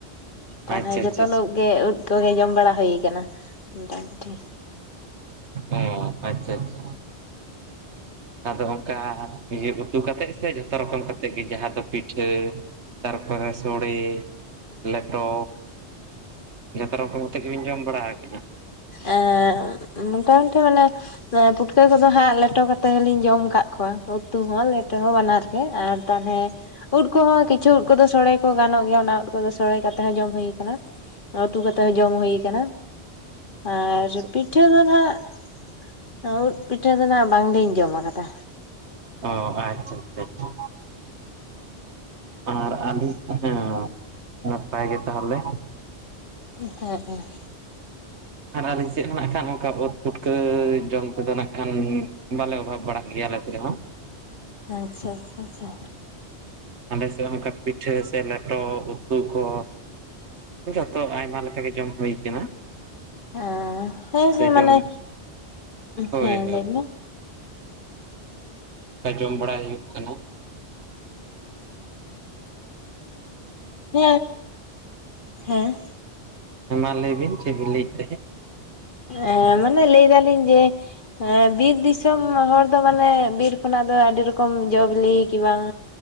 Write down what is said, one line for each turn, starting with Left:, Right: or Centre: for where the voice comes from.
Right: ᱟᱪᱪᱷᱟ
Left: ᱛᱟᱦᱚᱞᱮ
Right: ᱟᱪᱪᱷᱟ
Left: ᱡᱚᱛ
Right: ᱟᱪᱪᱷᱟ
Left: ᱞ ᱜᱮ ᱩᱫ ᱠᱚᱜᱮ ᱡᱚᱢ ᱵᱟᱲᱟ ᱦᱩᱭᱩ ᱟᱠᱟᱱᱟ ᱢᱚᱴᱟᱢᱩᱴᱤ᱾
Right: ᱚ ᱟᱪᱪᱷᱟ ᱟᱪᱪᱷᱟ, ᱟᱫᱚ ᱚᱱᱠᱟ ᱤᱭᱟᱹ ᱩᱛᱩ ᱠᱟᱛᱮᱮᱫ ᱥᱮ ᱡᱚᱛᱚ ᱨᱚᱠᱚᱢ ᱠᱟᱛᱮᱮᱫ ᱜᱮ ᱡᱟᱦᱟᱸ ᱫᱚ ᱯᱤᱴᱷᱟᱹ ᱛᱟᱨᱯᱚᱨᱮ ᱥᱚᱲᱮ ᱞᱮᱴᱚ ᱡᱚᱛᱚ ᱨᱚᱠᱚᱢ ᱠᱟᱛᱮᱮᱫ ᱜᱮᱵᱤᱱ ᱡᱚᱢ ᱵᱟᱲᱟ ᱟᱠᱟᱫᱟ?
Left: ᱮ ᱢᱚᱴᱟᱢᱩᱴᱤ ᱢᱟᱱᱮ ᱯᱩᱴᱠᱟᱹ ᱠᱚᱫᱚ ᱦᱟᱸᱜ ᱞᱮᱴᱚ ᱠᱟᱛᱮᱮᱫ ᱦᱚ ᱞᱤᱧ ᱡᱚᱢ ᱟᱠᱟᱫ ᱠᱚᱣᱟ ᱩᱛᱩ ᱦᱚᱸ ᱞᱮᱴᱚ ᱦᱚᱸ ᱵᱟᱱᱟᱨ ᱜᱮ᱾ ᱟᱨ ᱛᱟᱦᱚᱞᱮ ᱩᱫ ᱠᱚᱦᱚᱸ ᱠᱤᱪᱷᱩ ᱩᱫ ᱠᱚᱫᱚ ᱥᱚᱲᱮ ᱠᱚ ᱜᱟᱱᱚᱜ ᱜᱮᱭᱟ ᱚᱱᱟ ᱩᱫ ᱠᱚᱫᱚ ᱥᱳᱲᱮ ᱠᱟᱛᱮ ᱦᱚᱸ ᱡᱚᱢ ᱦᱩᱭ ᱠᱟᱱᱟ᱾ ᱩᱛᱩ ᱠᱟᱛᱮᱜ ᱦᱚᱸ ᱡᱚᱢ ᱦᱩᱭᱩ ᱠᱟᱱᱟ᱾ ᱟᱨ
Right: ᱟᱪᱪᱷᱟ
Left: ᱯᱤᱴᱷᱟᱹ ᱫᱚ ᱱᱟᱦᱟᱜ ᱩᱫ ᱯᱤᱴᱷᱟᱹ ᱫᱚ ᱱᱟᱜ ᱵᱟᱝᱞᱤᱧ ᱡᱚᱢ ᱟᱠᱟᱫᱟ᱾
Right: ᱚ ᱟᱪᱪᱷᱟ ᱟᱪᱪᱷᱟ ᱟᱪᱪᱷᱟ, ᱟᱨ ᱟᱞᱤᱧ ᱦᱮᱸ, ᱱᱟᱯᱟᱭ ᱜᱮ ᱛᱟᱦᱚᱞᱮ᱾
Left: <unintelligible>
Right: ᱟᱨ ᱟᱞᱤᱧ ᱥᱮᱫ ᱦᱚᱸ ᱱᱟᱜ ᱠᱷᱟᱱ ᱚᱱᱠᱟ ᱩᱫ ᱯᱷᱩᱴᱠᱟᱹ ᱡᱚᱢ ᱠᱚᱫᱚ ᱱᱟᱜ ᱠᱷᱟᱱ ᱵᱟᱞᱮ ᱚᱵᱷᱟᱵ ᱵᱟᱲᱟᱜ ᱜᱮᱭᱟ ᱟᱞᱮ ᱥᱮᱫ ᱦᱚᱸ᱾
Left: ᱟᱪᱪᱷᱟ ᱟᱪᱪᱷᱟ ᱟᱪᱪᱷᱟ,
Right: ᱟᱞᱮ ᱥᱮᱫ ᱚᱱᱠᱟ ᱯᱤᱴᱷᱟᱹ ᱥᱮ ᱞᱮᱴᱚ ᱩᱛᱩ ᱠᱚ ᱡᱚᱛᱚ ᱟᱭᱢᱟ ᱞᱮᱠᱟ ᱜᱮ ᱡᱚᱢ ᱦᱩᱭ ᱠᱟᱱᱟ᱾
Left: ᱦᱟ ᱦᱮᱸ
Right: ᱥᱮ
Left: ᱦᱮᱸ ᱢᱟᱱᱮ,
Right: ᱡᱚᱢ ᱦᱳᱭ
Left: ᱦᱮᱸ
Right: ᱦᱳᱭ
Left: ᱞᱟᱹᱭ ᱢᱮ?
Right: ᱡᱚᱢ ᱵᱟᱲᱟᱭ ᱦᱩᱭᱩᱜ ᱠᱟᱱᱟ᱾
Left: ᱦᱮᱼ ᱦᱮᱸ,
Right: ᱦᱮᱸ ᱢᱟ ᱞᱟᱹᱭ ᱵᱤᱱ ᱪᱮᱫ ᱵᱤᱱ ᱞᱟᱹᱭᱮᱫ ᱛᱟᱦᱮᱸᱫ?
Left: ᱮ ᱢᱟᱱᱮ ᱞᱟᱹᱭ ᱫᱟᱞᱤᱧ ᱡᱮ ᱦᱮᱸ ᱵᱤᱨ ᱫᱤᱥᱚᱢ ᱦᱚᱲ ᱫᱚ ᱢᱟᱱᱮ ᱵᱤᱨ ᱠᱷᱚᱱᱟᱜ ᱫᱚ ᱟᱹᱰᱤ ᱨᱚᱠᱚᱢ ᱡᱚᱵᱤᱞᱤ ᱠᱤ ᱵᱟᱝ